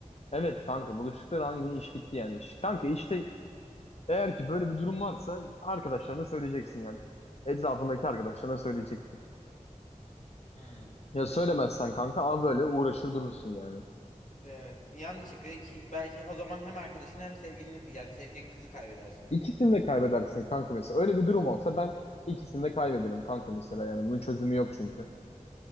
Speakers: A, on the left; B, on the left.
A: Evet kanka buluştukları an yine iş bitti yani. Ş- Kanka işte eğer ki böyle bir durum varsa arkadaşlarına söyleyeceksin yani. Etrafındaki arkadaşlarına söyleyeceksin.
B: Hmm.
A: Ya söylemezsen kanka a böyle uğraşır durursun yani.
B: Evet. Yanlış çıkıyor ki belki o zaman hem arkadaşını hem sevgilini yani sevdiğin kızı kaybedersin.
A: İkisini de kaybedersin kanka mesela. Öyle bir durum olsa ben ikisini de kaybederim kanka mesela yani. Bunun çözümü yok çünkü.